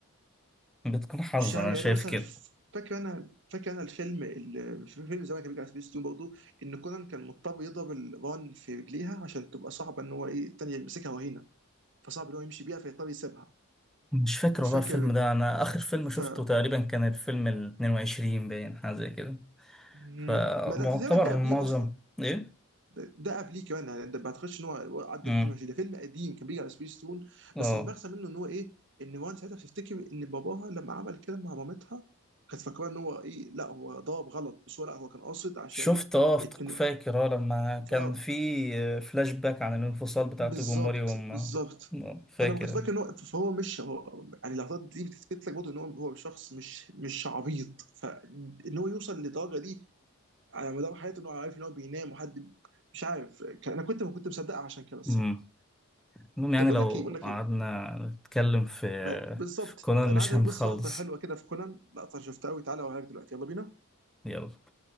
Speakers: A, in the centre; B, on the right.
A: بتكون حظ
B: مش عارف
A: انا شايف
B: يعني أنا مثلا
A: كده
B: فاكر انا فاكر انا الفيلم ال- في فيلم زمان كان بيجي على سبيس تون برضه ان كونان كان مضطر يضرب الران في رجليها عشان تبقى صعبه ان هو ايه الثانيه يمسكها وهينه فصعب ان هو يمشي بيها فيضطر يسيبها
A: مش فاكر
B: مش
A: والله
B: فاكر
A: الفيلم ده انا اخر فيلم
B: ف
A: شفته تقريبا كان الفيلم ال 22 باين حاجه زي كده
B: مم.
A: فمعتبر
B: ما ده تقريبا ده قبليه
A: معظم
B: اصلا
A: ايه
B: ده, ده قبليه كمان يعني ده ما اعتقدش ان هو هو عدى
A: امم
B: 22 ده فيلم قديم كان بيجي على سبيس تون
A: اه
B: بس المغزى منه ان هو ايه ان وان ساعتها بتفتكر ان باباها لما عمل كده مع مامتها كانت فاكره ان هو ايه لا هو ضرب غلط بس هو لا هو كان قاصد عشان
A: شفت اه افتك-
B: اتن...
A: فاكر اه لما كان
B: اه
A: في آه، فلاش باك عن الانفصال بتاع
B: بالظبط
A: توجوموري وما
B: بالظبط
A: آه، فاكر
B: فانا كنت فاكر
A: أنا.
B: ان هو فهو مش هو يعني اللحظات دي بتثبت لك برضه ان هو هو شخص مش مش عبيط فان هو يوصل للدرجه دي على مدار حياته ان هو عارف ان هو بينام وحد مش عارف كان- انا كنت ما كنت مصدقها عشان كده الصراحه
A: امم المهم يعني
B: طب اقول
A: لو
B: لك ايه بقول لك
A: قعدنا
B: ايه
A: نتكلم في
B: ما- بالظبط
A: في كونان
B: انا
A: مش
B: عايز اوريك
A: هنخلص
B: بس لقطه حلوه كده في كونان لقطه شفتها قوي تعالى اوريك دلوقتي يلا بينا
A: يلا